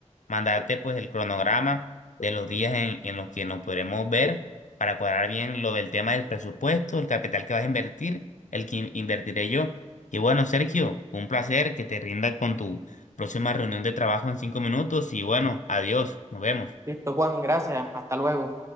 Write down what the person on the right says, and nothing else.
Listo, Juan, gracias. Hasta luego.